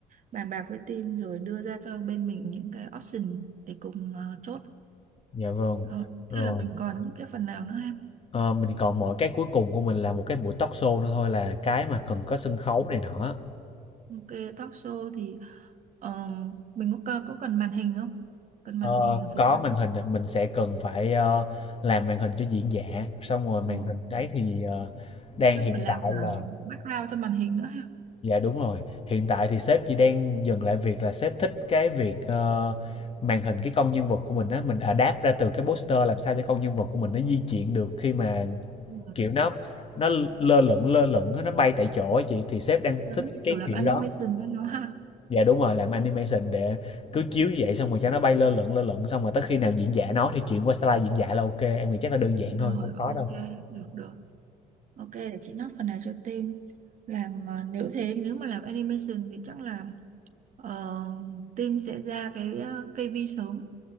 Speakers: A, on the right; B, on the left.
A: bàn bạc với team rồi đưa ra cho bên mình những cái option để cùng ờ, chốt.
B: Dạ vâng.
A: Rồi,
B: Rồi,
A: Thế là mình còn những cái phần nào nữa em?
B: ờ, mình còn mỗi cái cuối cùng của mình là một cái buổi talk show nữa thôi là cái mà cần có sân khấu này nọ.
A: Ok, talk show thì ờ, mình có, có cần màn hình không? Cần
B: Ờ,
A: màn hình ở
B: có
A: phía sau.
B: màn hình mình sẽ cần phải, ờ, làm màn hình cho diễn giả, xong rồi màn
A: Ờ,
B: hình đấy thì, ờ, đang
A: chắc
B: hiện
A: phải làm
B: tại
A: cả
B: là
A: background cho màn hình nữa ha.
B: Dạ đúng rồi. Hiện tại thì sếp chỉ đang dừng lại việc là sếp thích cái việc, ờ, màn hình cái con nhân vật của mình á, mình adapt ra từ cái poster làm sao cho con nhân vật của mình nó di chuyển được khi mà,
A: Ừ.
B: kiểu, nó nó lơ lửng, lơ lửng á, nó bay tại chỗ á chị, thì sếp đang
A: giống
B: thích
A: như
B: cái
A: kiểu làm
B: kiểu
A: animation
B: đó.
A: cho nó ha
B: Dạ đúng rồi, làm animation để cứ chiếu như vậy xong rồi cho nó bay lơ lửng, lơ lửng xong rồi tới khi nào diễn giả nó thì chuyển qua slide diễn giả là ok em nghĩ chắc là đơn giản thôi,
A: rồi
B: không khó
A: ok
B: đâu.
A: được được ok để chị note phần này cho team làm à, nếu thế nếu mà làm animation thì chắc là ờ, team sẽ ra cái ờ, kây vi sớm